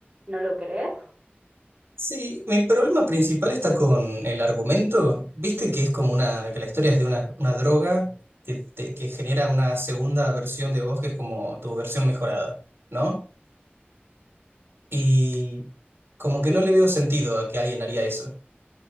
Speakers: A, on the right; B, on the right.
A: ¿No lo crees?
B: Sí, mi problema principal está con el argumento. Viste que es como una, que la historia es de una, una droga que, te- que genera una segunda versión de vos que es como tu versión mejorada, ¿no? Y como que
A: Sí.
B: no le veo sentido a que alguien haría eso,